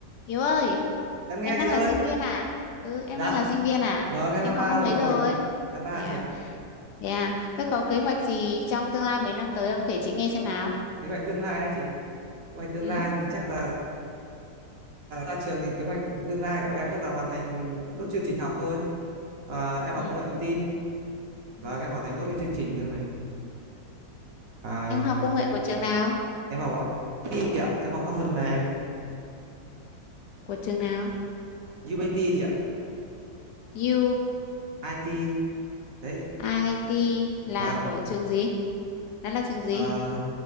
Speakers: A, on the left (about 70°); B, on the right (about 55°).
A: Hiếu ơi,
B: em nghe
A: em đang
B: chị ơi
A: là sinh viên à? Ừ, em
B: dạ
A: đang là sinh viên à?
B: vâng em
A: Em
B: năm
A: học
B: ba
A: năm
B: rồi
A: mấy rồi?
B: năm ba
A: Thế à,
B: chị ạ
A: thế à, thế có kế hoạch gì trong tương lai mấy năm tới không? Kể chị nghe xem nào.
B: kế hoạch tương lai ấy chị kế hoạch tương
A: Ừ,
B: lai thì chắc là à, ra trường thì kế hoạch tương lai của em chắc là hoàn thành nốt chương trình học thôi à, em học
A: ừ.
B: công nghệ thông tin và
A: ừ.
B: em hoàn thành nốt cái chương trình rồi à,
A: Em học công nghệ của trường nào?
B: em học IT chị ạ em học khoa phần mềm
A: Của trường nào?
B: UBT chị ạ
A: u i
B: IT đấy
A: UIT
B: vâng
A: là của trường gì? Nó là trường gì?
B: à,